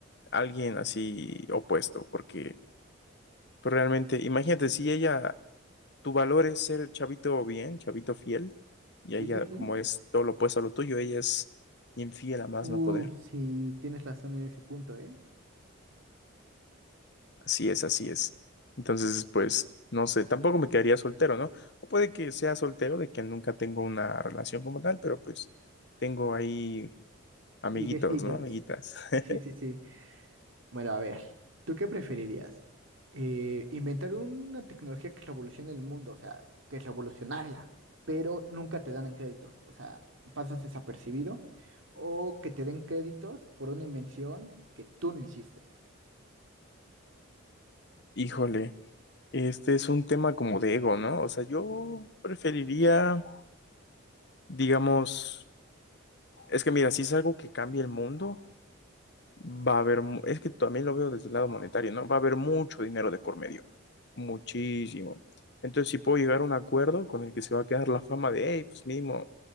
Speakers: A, on the left (about 55°); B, on the right (about 70°).
A: alguien así opuesto, porque pues realmente, imagínate, si ella, tu valor es ser chavito bien, chavito fiel, y
B: Sí,
A: ella
B: sí, sí.
A: como es todo lo opuesto a lo tuyo, ella es infiel a más
B: Uh,
A: no poder.
B: sí, tienes razón en ese punto, ¿eh?
A: Así es, así es. Entonces, pues, no sé, tampoco me quedaría soltero, ¿no? O puede que sea soltero, de que nunca tengo una relación como tal, pero pues tengo ahí Amiguitos,
B: Liguecillos.
A: ¿no? Amiguitas. <laughs>
B: Sí, sí, sí. sí. Bueno, a ver, ¿tú qué preferirías? Eh, inventar una tecnología que revolucione el mundo, o sea, que es revolucionaria, pero nunca te dan en créditos, o sea, pasas desapercibido, o que te den créditos por una invención que tú no hiciste.
A: Híjole, este es un tema como de ego, ¿no? O sea, yo preferiría, digamos, es que mira, si es algo que cambia el mundo, va a haber, mu- es que también lo veo desde el lado monetario, ¿no? Va a haber mucho dinero de por medio, muchísimo. Entonces, si puedo llegar a un acuerdo con el que se va a quedar la fama de, hey, pues mínimo,